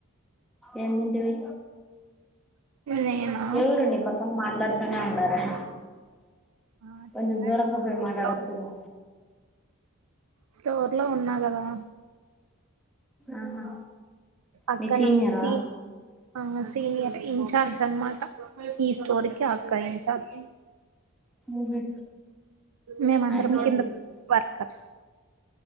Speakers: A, in the centre; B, on the right (about 80°).
A: ఎం తింటివి
B: నేనా
A: ఎవరు నీ పక్కన మాట్లాడతనే ఉండారు
B: ఆ
A: కొంచం
B: చెప్పా
A: దూరంగాపోయ
B: కదా స్టోర్
A: మాటలాడొచ్చుగా
B: లో స్టోర్ లో ఉన్నా కదా
A: ఆహా
B: అక్కనా
A: మీ సీనియరా
B: సి ఆ సీనియర్ ఇన్చార్జ్ అన్నమ్మాట ఈ స్టోరీకి అక్కయించార్జ్
A: ఉహు
B: మేమ అందరం
A: ఆయక్కేం
B: కింద
A: జరిగింది
B: వర్కర్స్